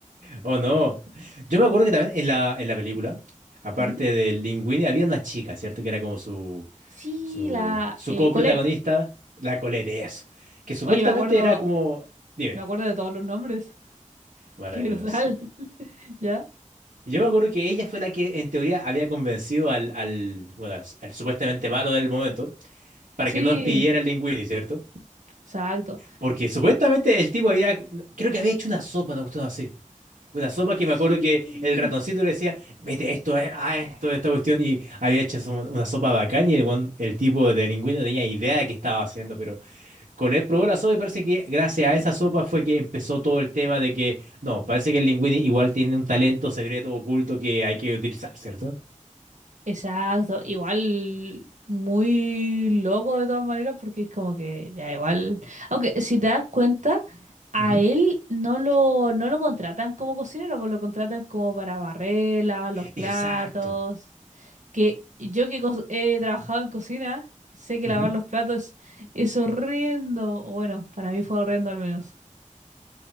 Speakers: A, on the right; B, on the right.
A: Oh, no. Yo me acuerdo que también en la, en la película, aparte
B: Ujú.
A: del Linguini, había una chica, ¿cierto? Que era como su
B: Sí,
A: Su,
B: la
A: su
B: eh,
A: coprotagonista,
B: Colette.
A: la Colette, eso. Que supuestamente
B: Oye, me acuerdo,
A: era como. Dime,
B: Me acuerdo de todos los nombres. <laughs>
A: maravilloso.
B: Qué brutal, <laughs> ¿ya?
A: Y yo me acuerdo que ella fue la que, en teoría, había convencido al, al, bueno, al, al supuestamente malo del momento para
B: Sí,
A: que no despidiera al Linguini, ¿cierto?
B: exacto.
A: Porque supuestamente el tipo había. Creo que había hecho una sopa, una cuestión así. Una sopa que me
B: Sí,
A: acuerdo que el ratoncito le decía, mete esto, eh, a esto, esta cuestión, y había hecho eso, una sopa bacán y el, guan- el tipo de Linguini no tenía idea de qué estaba haciendo, pero Colette probó la sopa y parece que gracias a esa sopa fue que empezó todo el tema de que, no, parece que el Linguini igual tiene un talento secreto oculto que hay que utilizar, cierto
B: exacto. Igual muy loco de todas maneras porque es como que ya igual. Aunque si te das cuenta, a
A: Ujú.
B: él no lo, no lo contratan como cocinero, pues lo contratan como para barrer, lavar los platos.
A: Exacto.
B: Que yo que cos- he trabajado en cocina, sé que
A: Ujú.
B: lavar los platos es horrendo. o Bueno, para mí fue horrendo al menos.